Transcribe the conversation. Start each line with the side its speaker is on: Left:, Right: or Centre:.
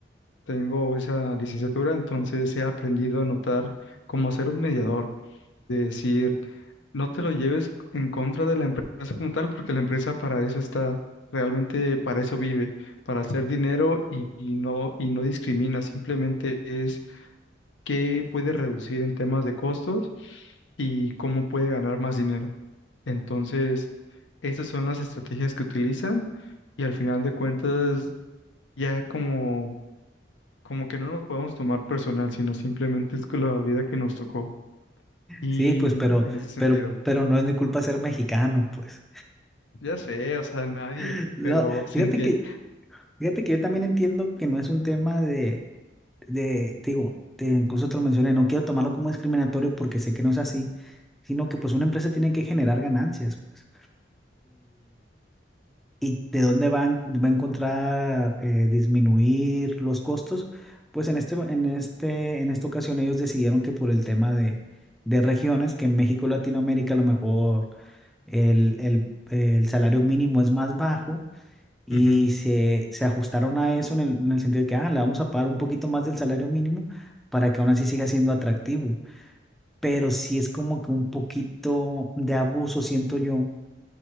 Left: tengo esa licenciatura, entonces he aprendido a notar cómo hacer un mediador. de decir, no te lo lleves en contra de la empresa como tal, porque la empresa para eso está, realmente para eso vive, para hacer dinero y, y no, y no discrimina, simplemente es qué puede reducir en temas de costos y cómo puede ganar más dinero. Entonces, esas son las estrategias que utilizan y al final de cuentas, ya como, como que no nos podemos tomar personal, sino simplemente es que la vida que nos tocó y
Centre: Sí, pues, pero,
Left: en ese sentido.
Centre: pero, pero no es mi culpa ser mexicano, pues.
Left: Ya sé, o sea, nadie,
Centre: <laughs> No,
Left: pero se
Centre: fíjate
Left: entiende.
Centre: que, fíjate que yo también entiendo que no es un tema de, de, te digo, te- incluso te lo mencioné, no quiero tomarlo como discriminatorio porque sé que no es así, sino que pues una empresa tiene que generar ganancias, pues. ¿Y de dónde van, va a encontrar eh, disminuir los costos? Pues en este, en este, en esta ocasión ellos decidieron que por el tema de, de regiones, que en México, y Latinoamérica, a lo mejor el, el, el salario mínimo es más bajo y
Left: Ujú,
Centre: se, se ajustaron a eso en el, en el sentido de que, ah, le vamos a pagar un poquito más del salario mínimo para que aún así siga siendo atractivo. Pero sí es como que un poquito de abuso, siento yo